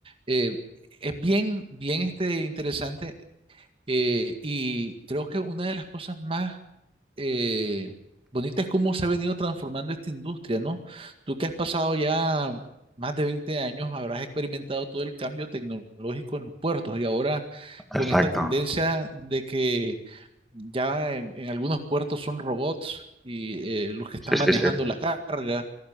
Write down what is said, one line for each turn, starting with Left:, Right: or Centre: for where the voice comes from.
Right: eh, es bien, bien este, interesante eh, y creo que una de las cosas más eh, bonitas es cómo se ha venido transformando esta industria, ¿no? Tú que has pasado ya... Más de 20 años habrás experimentado todo el cambio tecnológico en los puertos y ahora con
Centre: Exacto.
Right: esta tendencia de que ya en, en algunos puertos son robots y eh, los que están
Centre: Sí, sí,
Right: manejando
Centre: sí.
Right: la carga.